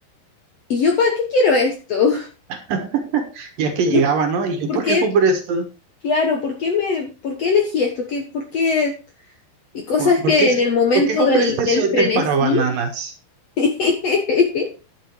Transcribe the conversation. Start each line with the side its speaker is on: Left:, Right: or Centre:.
Left: ¿y yo para qué quiero esto?
Right: <laughs>
Left: <laughs>
Right: Ya que llegaba,
Left: Yo,
Right: ¿no? Y yo,
Left: ¿por
Right: ¿por
Left: qué?
Right: qué compré esto?
Left: Claro, ¿por qué me, por qué elegí esto? ¿Qué, por qué? Y cosas
Right: ¿Por,
Left: que
Right: por qué, es-
Left: en el momento
Right: por qué compré
Left: del,
Right: este
Left: del
Right: suéter
Left: frenesí,
Right: para bananas?
Left: <laughs>